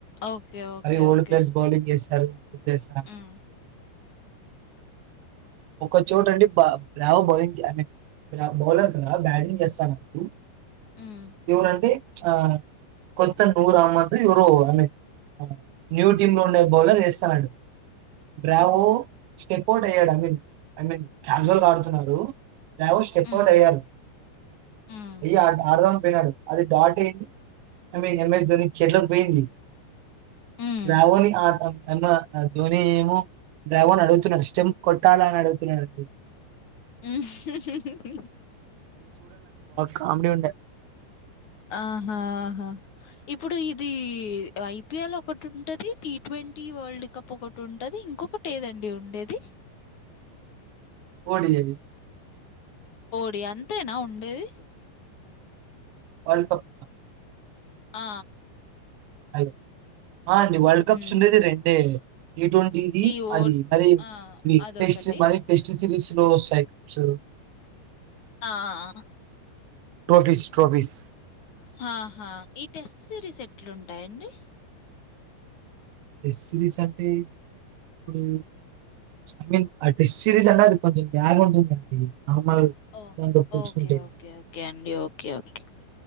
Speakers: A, on the left; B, on the right.
A: ఓకే ఓకే
B: అది old
A: okay
B: players bowling ఎసి తరు ఉదేస్ ఆడ
A: మ్మ్
B: ఒక చోట అండి బ బ్లావ్ బోలింగ్ జామిన్ బట్ ఆ బోలర్ నువ బ్యాటింగ్ చేస్తాన అప్పుడు
A: మ్మ్
B: ఎవరు ఆంటీ ఆ కొత్త నవ్రు అహమద్ ఎవరో ఐ మీన్ న్యూ టీమ్ లో ఉండే బౌలర్ వేస్తానండి బ్రావో
A: మ్మ్
B: స్టెపోో ఏడ మీ ఐ మీన్ కజువల్ గా ఆడుతున్నారువో స్టెప్
A: మ్మ్.
B: అఓ అయ్యారు
A: మ్మ్
B: అయ ఆడదామని పోయినాడు అది డాట్ అయింది ఐ మీన్ ఎంఎస్ ధోని చెట్లకు పోయింది
A: మ్మ్
B: దవోని అ త అ ధోని ఏమో డ్రావోన్ అడుగుతున్నా ఇష్టం కొ చాల అడుగుతున్నాంది
A: మ్మ్
B: కాబడి ఉంట
A: ఆహాహా ఇప్పుడు ఇది ఐపీఎల్ ఒకటి ఉంటుంది టీ ట్వంటీ వరల్డ్ కప్ ఒకటి ఉంటుంది ఇంకొకటి ఏదండి ఉండేది
B: కోడి అగి
A: డి అంతే నా ఉ ఏది
B: వర్ల్డ్ కప్
A: ఆ
B: అ ఆ అండి వరల్డ్ కప్స్
A: హ్మ్.
B: ఉండేది రెండే ట్వంటీది
A: ఈ ఓ
B: అది మరి
A: ఆ! అదొకటి.
B: టెస్ట్ మరి టెస్ట్ సిరీస్ లో వస్తాయి కప్స్
A: ఆ! ఆ!
B: ట్రవిస్ ట్రవిస్
A: హా ఈ టెస్ట్ సీరీస్ ఎ ఎట్లుంటాయండి
B: టెస్ట్ సిరీస్ అంటే ఇప్పుడు ఐ మీన్ ఆ టెస్ట్ సిరీస్ అనే అది కొంచెం బలాగ్ ఉంటుందండి నార్మల్
A: ఓకే
B: దాంతో పోల్చుకుంటే
A: ఓకే ఓకే ఓకే అండి ఓకే ఓకే